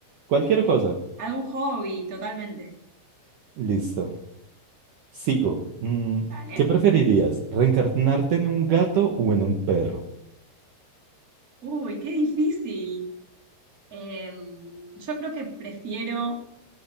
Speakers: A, on the right (about 70°); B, on the right (about 25°).
A: Cualquier
B: Eh,
A: cosa.
B: algún hobby, totalmente.
A: Listo. Sigo. Mm,
B: Dale.
A: ¿qué preferirías? ¿Reencarnarte en un gato o en un perro?
B: Uy, qué difícil. Eh, yo creo que prefiero,